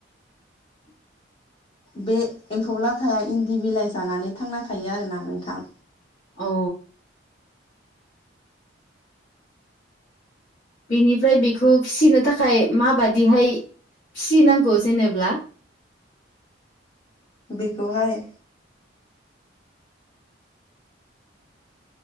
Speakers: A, on the left; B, on the left.
A: <inaudible>
B: बे एम्फौ लाथाया इन्दि बिलाइ जानानै थांना थायो आरोना नोंथां।
A: औ। बेनिफ्राय बेखौ फिसिनो थाखाय माबा दिहाय फिसिनांगौ जेनेब्ला?
B: बेखौहाय